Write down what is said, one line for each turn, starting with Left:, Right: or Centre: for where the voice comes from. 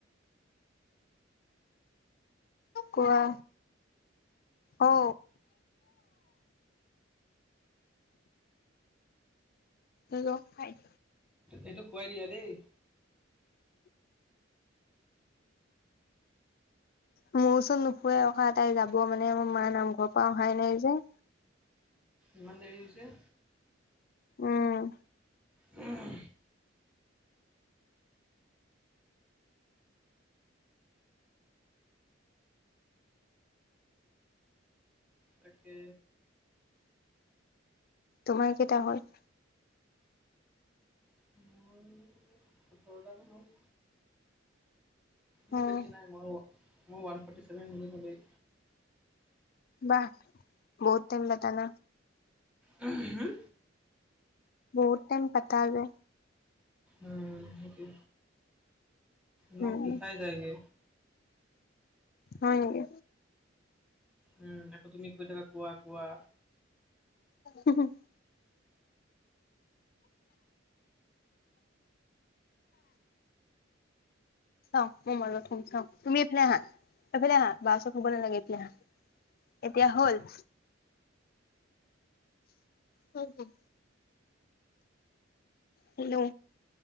Left: কোৱা, অ। কৰিব আই।
Centre: এইটো শুৱাই দিয়া দেই।
Left: মোৰ ওচৰত নুশুৱে, অহা তাই যাব মানে মোৰ মা নামঘৰ পৰা অহাই নাই যে।
Centre: ইমান দেৰি হৈছে।
Left: উম'।
Centre: উম। তাকে।
Left: তোমাৰ কেইটা হ'ল।
Centre: মোৰ। বাৰটা মান হ'ল। মোৰ
Left: উম
Centre: বেছি নাই মই মই ওৱান ফৰ্টিচেভেন বুলি
Left: বাহ বহুত টাইম লেতা ন
Centre: হম
Left: বহুত টাইম কাটা হৈগে।
Centre: উম সেইটোয়ে মুখ
Left: উম
Centre: বিষাই যায়গে।
Left: হয় নেকি
Centre: উম', আকৌ তুমি কৈ থাকা কোৱা-কোৱা।
Left: <unintelligible> চাওঁ মই মাজত শুম চাওঁ তুমি এইফালে আহা। এইফালে আহা বা ওচৰত শুৱ নালাগে এইফালে আহা এতিয়া হ'ল হৈ গ'ল। হেল্লো